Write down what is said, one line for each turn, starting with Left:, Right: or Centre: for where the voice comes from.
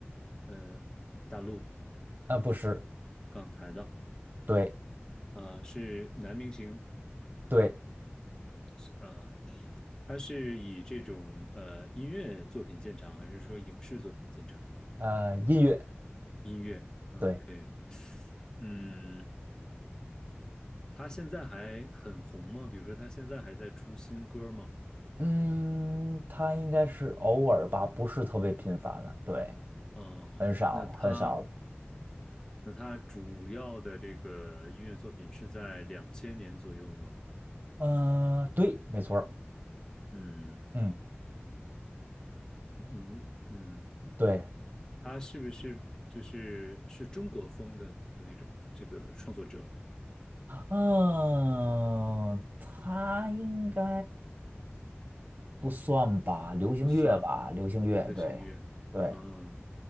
Left: 呃，大陆
Right: 啊、不是，
Left: 港台的，
Right: 对
Left: 呃，是男明星，
Right: 对，
Left: 男明星，呃，他是以这种呃音乐作品见长，还是说影视作品见长？
Right: 呃，音乐，
Left: 音乐，OK，
Right: 对。
Left: 嗯，他现在还很红吗？比如说他现在还在出新歌吗？
Right: 嗯，他应该是偶尔吧，不是特别频繁了。对，
Left: 嗯，
Right: 很少很少了。
Left: 那他那他主要的这个音乐作品是在两千年左右吗？
Right: 呃，对，没错儿，
Left: 嗯
Right: 嗯，
Left: 嗯嗯，
Right: 对，
Left: 他是不是就是是中国风的那种这个创作者？
Right: 嗯，他应该不算吧，流行乐吧，
Left: 不算
Right: 流行乐，
Left: 流行乐，
Right: 对，对，
Left: 嗯